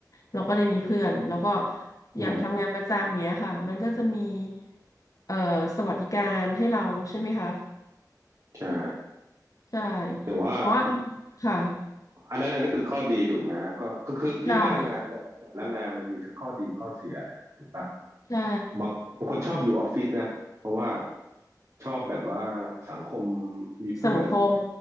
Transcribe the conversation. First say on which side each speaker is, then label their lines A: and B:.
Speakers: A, on the left; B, on the right.
A: เราก็ได้มีเพื่อนแล้วก็
B: อืม
A: อย่างทำงานประจำเงี้ยค่ะมันก็จะมีเอ่อสวัสดิการให้เราใช่ไหมคะ
B: ใช่
A: ใช่
B: แต่ว่า
A: แต่ว่าค่ะ
B: อันนั้นอันนั้นคือข้อดีถูกไหมฮะก็ก็คือพี่ว่างานแต่แต่ละงานมันมีทั้งข้อดีข้อเสียแหละถูกปะ
A: ใช่ใช่
B: บางบางคนชอบอยู่ออฟฟิศนะเพราะว่าชอบแบบว่าสังคมมีเพื่อน
A: สังคม